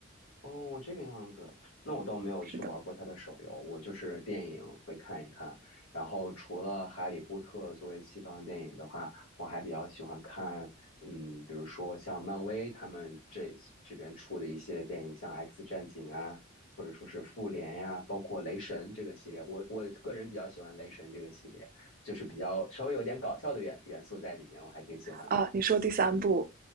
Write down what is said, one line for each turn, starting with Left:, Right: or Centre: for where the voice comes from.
Left: 哦，这个样子，那我倒没有去玩过他的手游，
Right: 是的
Left: 我就是电影会看一看。然后除了《哈利波特》作为西方电影的话，我还比较喜欢看，嗯，比如说像漫威他们这这边出的一些电影，像《X 战警》啊，或者说是《复联》呀，包括《雷神》这个系列。我我个人比较喜欢《雷神》这个系列，就是比较稍微有点搞笑的元元素在里面，我还挺喜欢的。
Right: 啊，你说第三部，